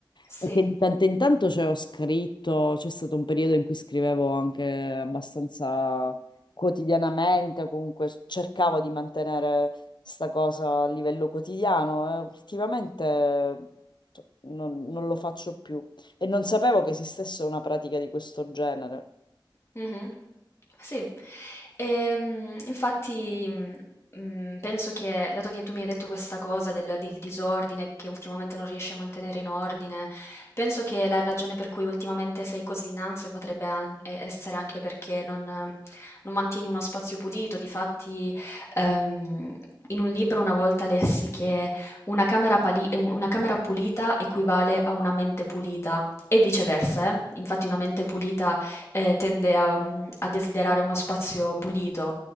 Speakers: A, on the left (about 30°); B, on the left (about 60°).
A: Sì.
B: perché di tanto in tanto cioè, ho scritto, c'è stato un periodo in cui scrivevo anche abbastanza quotidianamente, o comunque cercavo di mantenere sta cosa a livello quotidiano e ultimamente cioè, non, non lo faccio più e non sapevo che esistesse una pratica di questo genere.
A: Mhm. Sì, Ehm, infatti mh, mh, penso che, dato che tu mi hai detto questa cosa del, del disordine che ultimamente non riesci a mantenere in ordine, penso che la ragione per cui ultimamente sei così in ansia potrebbe an- e- essere anche perché non, eh, non mantieni uno spazio pulito. Difatti, ehm, in un libro una volta lessi che una camera, pali- un- una camera pulita equivale a una mente pulita. E viceversa, eh. Infatti una mente pulita eh, tende a, mh, a desiderare uno spazio pulito